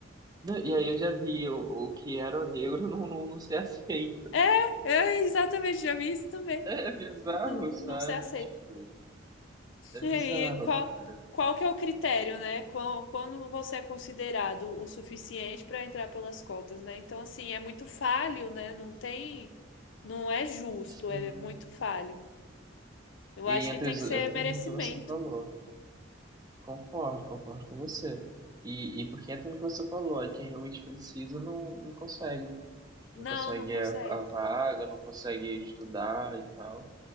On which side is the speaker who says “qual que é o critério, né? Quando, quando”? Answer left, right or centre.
Left